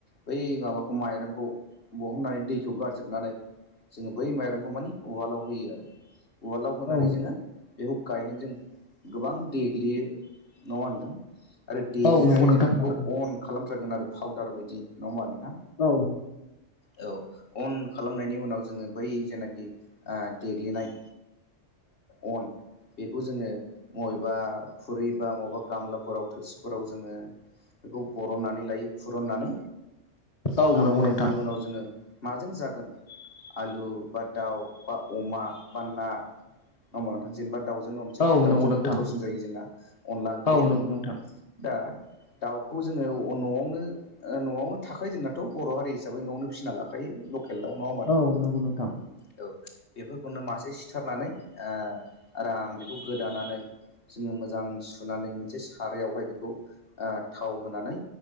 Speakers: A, on the left (about 50°); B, on the left (about 30°).
A: बै माबाखौ माइरंखौ बहननानै दैखौ गारजोबनानै जोङो बै माइरंखौ माने उवालाव होयो आरो। उवालाव होनानै
B: औ
A: जोङो बेखौ गायहेनजों गोबां देग्लियो नङा नोंथां? आरो देग्लिनानै
B: औ नंगौ नोंथां
A: जोङो बेखौ
B: थारैनो
A: अन खालामथारगोन आरो पाउदार बायदि नङा होमबा नोंथां?
B: औ
A: औ अन खालामनायनि उनाव जोङो बै जेनाखि ओ देग्लिनाय ओ अन बेखौ जोङो मबेबा खुरै बा मबा गामलाफोराव थोरसिफोराव जोङो बेखौ बरननानै लायो, खुरुननानै
B: औ नंगौ
A: ओमफ्राय
B: नोंथां
A: बिनि उनाव जोङो माजों जागोन आलु बा दाउ बा अमा बा ना नङा होमबा नोंथां? जेनेबा दाउजोंनो संसै
B: औ
A: दाउजोंनो
B: नंगौ नोंथां
A: गोथावसिन जायो जोंना। अनला ओंख्रिया
B: औ नंगौ नोंथां।
A: दा दाउखौ जोङो न'आवनो ओ न'आवनो थाखायो जोंनाथ' बर' हारि हिसाबै न'आवनो। फिसिना लाखायो लकेल दाउ नङा होमबा नोंथां?
B: औ नंगौ नोंथां
A: औ बेफोरखौनो मासे सिथारनानै ओ आराम बेखौ गोदानानै। जोङो मोजां सुनानै मोनसे सारायावहाय बेखौ ओ थाव ओ होनानै